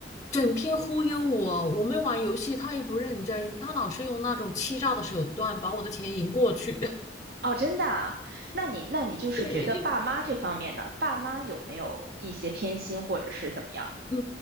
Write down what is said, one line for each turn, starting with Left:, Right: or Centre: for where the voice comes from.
Left: 整天忽悠我，我们玩游戏他又不认真，他老是用那种欺诈的手段把我的钱赢过去，<laughs>
Right: 哦，真的啊那你那你就是觉得爸妈这方面呢，
Left: 对，
Right: 爸妈有没有一些偏心或者是怎么样？
Left: 嗯，